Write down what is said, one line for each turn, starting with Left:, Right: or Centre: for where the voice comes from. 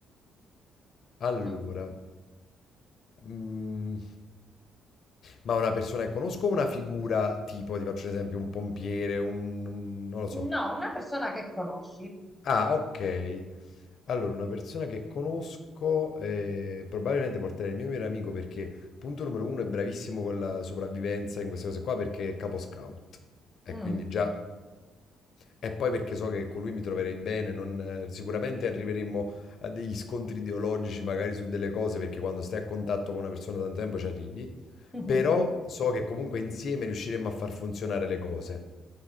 Left: Allora,
Centre: Hm.
Left: Mhmm, ma una persona che conosco o una figura tipo, ti faccio un esempio, un pompiere, un n non lo so.
Centre: No, una persona che conosci.
Left: Ah, okay. Allora una persona che conosco, ehm, probabilmente porterei il mio migliore amico perché, punto numero 1, è bravissimo con la sopravvivenza in queste cose qua perché è capo scout e
Centre: Mm.
Left: quindi già e poi perché so che con lui mi troverei bene, non eh, sicuramente arriveremmo a degli scontri ideologici magari su delle cose, perché quando stai a contatto con una persona da tanto tempo ci arrivi.
Centre: <laughs>
Left: Però so che comunque insieme riusciremmo a far funzionare le cose.